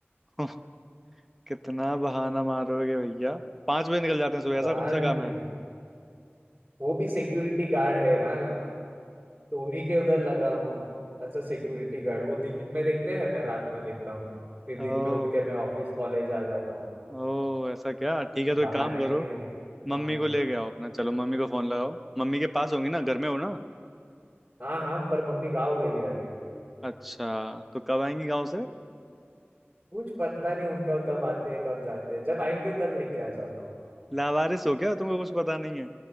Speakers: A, in the centre; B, on the right (about 20°).
A: <laughs> कितना बहाना मारोगे भैया पाँच बजे निकल जाते हैं सुबह
B: बहाने
A: ऐसा कौन सा काम
B: नहीं
A: है
B: हो। वो भी सिक्योरिटी गार्ड है ना तो उन्हीं के उधर लगा हूँ अच्छा सिक्योरिटी गार्ड वो दिन में देखते हैं मैं रात में देखता हूँ फिर दिन
A: ओ
B: में उठ के मैं ऑफिस कॉलेज आ जाता हूँ
A: ओ ऐसा क्या ठीक है तो
B: बहाने
A: एक काम करो
B: नहीं है
A: मम्मी
B: हाँ
A: को ले के आओ अपना चलो मम्मी को फोन लगाओ मम्मी के पास होंगी ना घर में हो ना
B: हाँ हाँ पर मम्मी गाँव गई है अभी
A: अच्छा तो कब आएंगी गाँव से
B: कुछ पता नहीं उनका कब आते हैं कब जाते हैं जब आएंगे तब लेके आ जाता हूँ
A: लावारिस हो क्या तुमको कुछ पता नहीं है